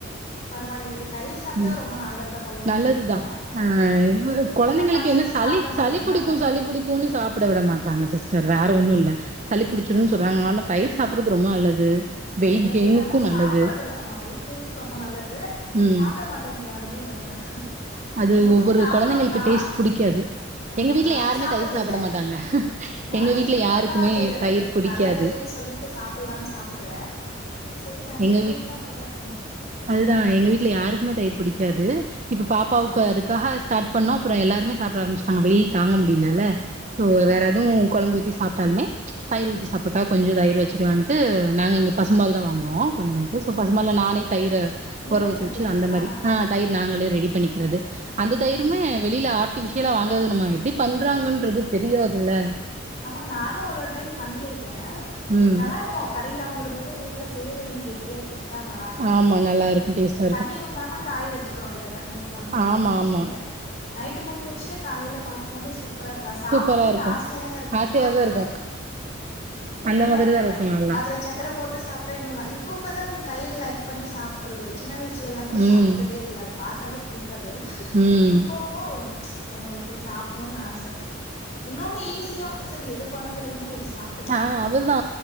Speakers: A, on the left (about 35°); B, on the right (about 35°).
A: பரவாயில்லை தயிர் சாப்ட்டா
B: ம்
A: ரொம்ப நல்லதுதா கொழந்தைங்களுக்கு
B: நல்லதுதா அ
A: அது
B: இவ
A: எங்க வீட்ல
B: கொழந்தைங்களுக்கு
A: பசங்க
B: என்ன சாப் சளி
A: சாப்ட மாட்டேன்றாங்க
B: சளி புடிக்கு சளி புடிக்குன்னு சாப்ட விட மாட்றாங்க சிஸ்டர் வேற ஒன்னு இல்ல சளி
A: ம்
B: பிடிச்சிடும்ன் சொல்றாங்க ஆனா தயிர் சாப்புறது ரொம்ப நல்லது வெயிட்
A: நல்லது
B: கெய்னுக்கு
A: ஆனா சாப்பிறதுல்ல
B: நல்லது
A: ஆமா வெய்ட் கெய்ன்க்கு ரொம்ப நல்லது
B: ம்
A: சாப்ட மாட் டன்றாங்க என்ன
B: அது
A: முதல்
B: ஒவ்வொரு
A: நாங்களு
B: கொழந்தைங்களுக்கு
A: நா
B: டேஸ்ட் புடிக்காது
A: ஆமா
B: எங்க வீட்ல
A: நானு
B: யாருமே
A: சாப்ட்டது
B: தயிர் சாப்ட
A: இல்ல
B: மாட்டாங்க
A: நானு
B: எங்க வீட்ல
A: இப்ப இப்பதா
B: யாருக்குமே
A: அது
B: தயிர் புடிக்காது
A: நல்லதுன் சொல்லிட்டு சாப்புட்லான் சாப்பிடுற சரி நம்ம
B: எங்க
A: புள்ளைங்களு
B: வீ
A: அப்டித்தா இருக்காங்க
B: அதுதா எங்க வீட்ல யாருக்குமே தயிர் பிடிக்காது இப்ப பாப்பாவுக்கு அதுக் காக ஸ்டாட் பண்ணோ அப்றோ எல்லாருமே சாப்ட ஆரம்பிச்சிட்டாங்க வெயில் தாங்க முடிலல்ல சோ
A: ம்
B: வேற எதுவு கொழம்பு ஊத்தி சாப்ட்டாலுமே தயிர் ஊத்தி சாப்பிட்டா கொஞ்சோ தயிர் வச்சிக்கலான்ட்டு நாங்க இங்க பசும் பால் தா வாங்குவோ கொஞ்சனே குழந்தைங்களுக்கு சு பசும்பால்ல நானே தயிர
A: நீங்களே
B: ஒர ஊத்தி
A: செஞ்சிடுறீங்களா
B: வச்சு அந்த மாரி ஆ தயிர் நாங்களே ரெடி பண்ணிக்கிறது அந்த தயிருமே
A: ம்
B: வெளில ஆட் டிபிஷியலா வாங்கது நம்ம எப்படி பண்றாங்கன்றது தெரியாதுல்ல
A: ஆமா நானு‌ ஒரு டைம் பண்ணிருக்க
B: ம்
A: நல்லா இருக் கு கடையில வாங்கரத விட வீட்டுல செய்யறத இன்னு கெட்டியா திக்கா நல்லாருக்கு
B: ஆமா நல்லா இருக்கு டேஸ்டா
A: தண்ணி ஊத்தாம காய வெச்சிக்கறோ இல்லையா தண்ணி ஊத்தாம காய
B: ஆமா
A: வெச்சுட்டு
B: ஆமா
A: நைட்டுக்கு ஊத்தி வெச்சிட்டா காலையில பாக்கும்போதே சூப் பர் <inaudible> அது சாப்படணுன்ட்டு
B: சூப்பரா இருக்கு
A: ஆசயா இருக்கு
B: ஆசையாதா
A: பாக்கவே
B: இருக்கு அந்த
A: நல்லா
B: மாதிரிதா
A: இருக்கு தயிர்
B: நல்லா
A: அதுல சக் கர போட்டு சாப்ட்டா இன்னு இப்பப்பதா இந்த தயிர் லைக் பண்ணி சாப்படுறது சின்ன வய சுலளா கூட
B: ம்
A: சாப்ட்டதே இல்ல அது பாத்தாலே புடிக்காது
B: ம்
A: போ போ ஓகே சாப்படனுன்னு ஆச இன்னொன்னு ஈஸியோ சரி எது கொழம்பு இல்லைன்னா இது சாப்
B: அ அதுதா